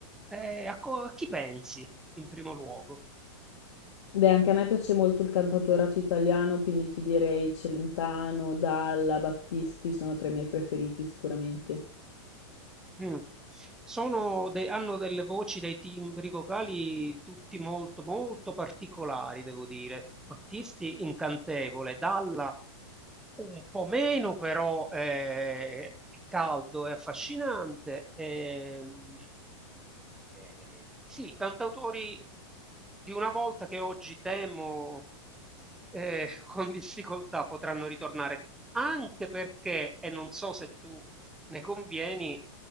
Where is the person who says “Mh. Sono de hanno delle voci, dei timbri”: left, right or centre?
Centre